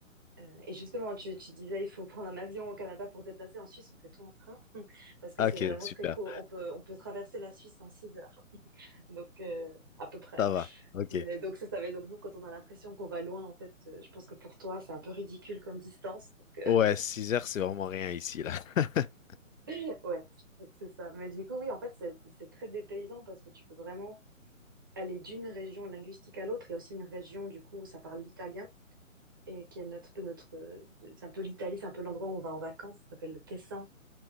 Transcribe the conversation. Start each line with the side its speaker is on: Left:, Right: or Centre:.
Right: Heu et justement, tu tu disais: «Il faut prendre un avion au Canada pour se déplacer». En Suisse, on fait tout en train <laughs> parce que
Left: Ah,
Right: c'est
Left: Ok,
Right: vraiment
Left: super.
Right: très court. On peut on peut traverser la Suisse en 6 heures <laughs> donc heu, à peu près.
Left: Ça va. Ok.
Right: Mais donc ça ça va donc nous, quand on a l'impression qu'on va loin, en fait, heu, je pense que pour toi, c'est un peu ridicule comme distance donc
Left: Ouais,
Right: heu,
Left: 6 heures, c'est vraiment rien ici, là. <laughs>
Right: <laughs> ouais, c'est ça. Mais du coup, oui, en fait, c'est c'est très dépaysant parce que tu peux vraiment aller d'une région linguistique à l'autre. Il y a aussi une région, du coup, où ça parle l'italien et qui est notre peu notre, heu, c'est un peu l'Italie, c'est un peu l'endroit où on va en vacances, ça s'appelle le Tessin